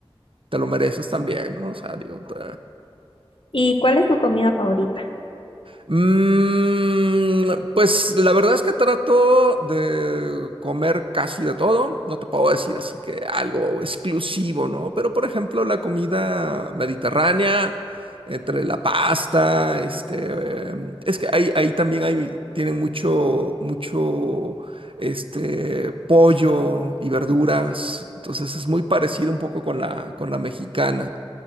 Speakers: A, on the right; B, on the left.
A: te lo mereces también, ¿no? O sea, digo, te-
B: ¿Y cuál es tu comida favorita?
A: Mm, pues la verdad es que trato de comer casi de todo. No te puedo decir así que algo exclusivo, ¿no? Pero por ejemplo, la comida mediterránea, entre la pasta, este, eh, es que ahí, ahí también hay, tienen mucho, mucho, este, pollo y verduras. Entonces es muy parecido un poco con la, con la mexicana.